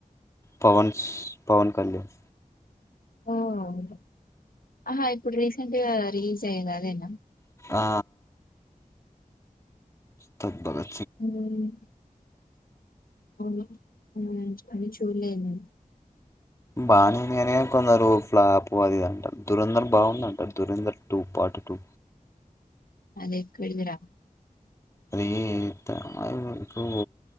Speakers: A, on the left; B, on the left.
A: పవన్స్ పవన్ కళ్యాణ్
B: హుహుమ్ ఆహా ఇప్పుడు రీసెంట్గా రిలీజ్ అయ్యేది అదేనా
A: ఆ స్తాగ్ దగవే
B: <unintelligible> అవు అని చూడలేన్ నేను
A: బాగానేవుంది కాని కొందరు ఫ్లాప్ అదిదింటారు. దురంధర బాగుందంటారు దురంధం టూ ప పట్టుకు
B: అదేక్కడిదిరా
A: అది ఏత్తరు ఇప్పు